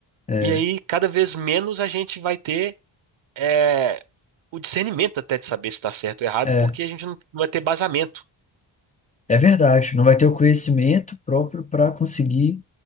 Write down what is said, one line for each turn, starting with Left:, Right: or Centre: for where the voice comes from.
Left: é,
Right: E aí, cada vez menos a gente vai ter é, o discernimento até de saber se está certo ou errado,
Left: é,
Right: porque a gente não vai ter basamento
Left: é verdade. Não vai ter o conhecimento próprio para conseguir